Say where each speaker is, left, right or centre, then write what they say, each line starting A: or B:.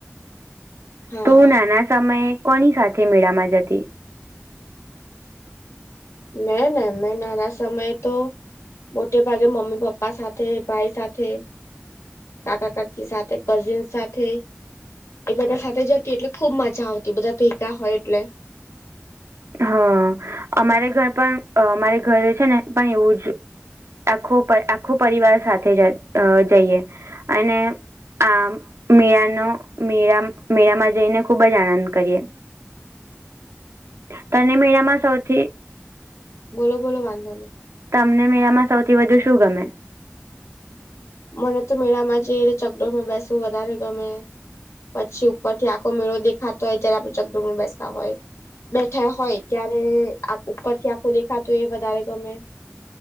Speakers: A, on the left; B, on the right.
A: હા
B: તું નાના સમયે કોની સાથે મેળામાં જતી.
A: મેં ના મેં નાના સમય તો. મોટે ભાગે મમ્મી પપ્પા સાથે ભાઈ સાથે. કાકા કાકી સાથે કઝિન સાથે એ બધા સાથે જતી એટલે ખુબ મજા આવતી બધા ભેગા હોય એટલે
B: હ અમારે ઘર પણ અ અમારે ઘરે છે ને પણ એવું જ આખો પ આખો પરિવાર સાથે અ જઈએ અને આ મેરાનો મીરા મેળામાં જઈને ખૂબ જ આનંદ કરીએ. તને મેળામાં સૌથી
A: બોલો બોલો વાંધો નહી
B: તમને મેળામાં સૌથી વધુ શું ગમે
A: મને તો મેળામાં જે ચકડોર માં બેસવું વધારે ગમે પછી ઉપરથી આખો મેળો દેખાતો હોય જયારે આપણે ચકડોળ માં બેસતા હોય. બેઠા હોય ત્યારે આખો ઉપરથી આખું દેખાતું એ વધારે ગમે